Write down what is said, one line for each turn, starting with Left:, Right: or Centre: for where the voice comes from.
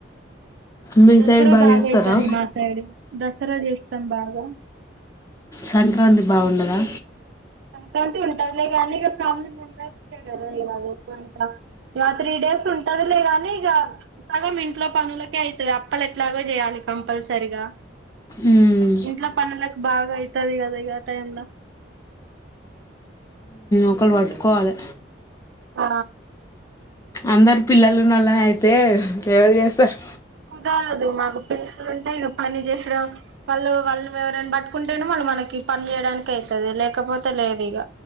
Left: మీ
Right: దసరా
Left: సైడ్
Right: బాగా
Left: చేస్తారా
Right: అయితది మా సైడ్ దసరా చేస్తా సంభావా
Left: సంక్రాంతి బాగుండదా
Right: సంక్రాంతి ఉంటది లేగాని ఇక ఫ్యామిలీ మెంబెర్స్కే కదా ఇలా ఎక్కువంత ఇ త్రీ డేస్ ఉంటది లేగాని ఇక సగం ఇంట్లో పనులకే అవుతుంది అప్పలు ఎట్లాగో చేయాలి కంపల్సరిగా
Left: ఉమ్,
Right: ఇంట్లో పన్నలకు బాగా అయితది కదా ఇక టైమ్లా
Left: ఒకరు పట్టుకోవాలి
Right: ఆ
Left: అందరు పిల్లలు వాల్లనే అయితే ఎవరు చేస్తారు
Right: కుదాలదు మాకు పిల్లలు ఉంటాయి పని చేసడం వాళ్ళు వాళ్ళు ఎవరైనా పట్టుకుంటేనే వాళ్ళు మనకి పని చేయడానికి అవుతుంది లేకపోతే లేదు ఇక